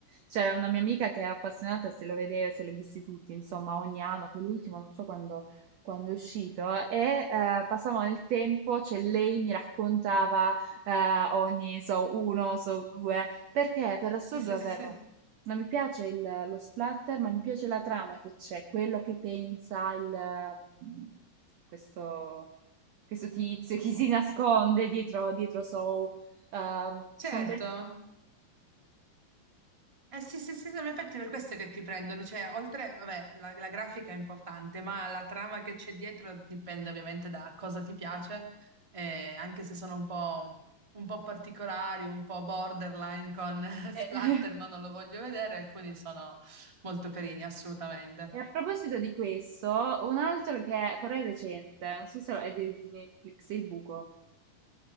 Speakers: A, on the right; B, on the right.
A: c'era una mia amica che è appassionata e se lo vedeva, se li ha visti tutti, insomma, ogni anno, poi l'ultimo non so quando, quando è uscito, e eh, passavamo il tempo, cioè lei mi raccontava eh, ogni, so, uno, so, due, perché per assurdo
B: Sì, sì,
A: davvero
B: sì. sì.
A: non mi piace il- lo splatter, ma mi piace la trama che c'è, quello che pensa il, mm, questo, questo tizio, chi si nasconde dietro, dietro so,
B: Certo.
A: sono bellissimo.
B: Eh sì, sì, sì, sì, in effetti è per questo che ti prendono, cioè oltre, vabbè, la, la grafica è importante, ma la trama che c'è dietro dipende ovviamente da cosa ti piace, eh, anche se sono un po', un po' particolari, un po' borderline con <laughs>
A: <laughs>
B: splatter, no, non lo voglio vedere, alcuni sono molto carini, assolutamente.
A: E a proposito di questo, un altro che però è recente, non so se lo- è di di Netflix, Il Buco,